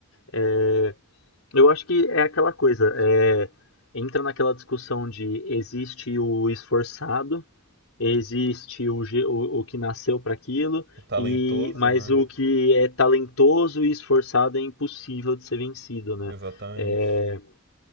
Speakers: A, on the left (about 80°); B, on the right (about 55°).
A: É, eu acho que é aquela coisa, é, entra naquela discussão de existe o esforçado existe o, ge- o, o que nasceu para aquilo
B: Talentoso,
A: e mas
B: né?
A: o que é talentoso e esforçado é impossível de ser vencido, né?
B: Exatamente.
A: É,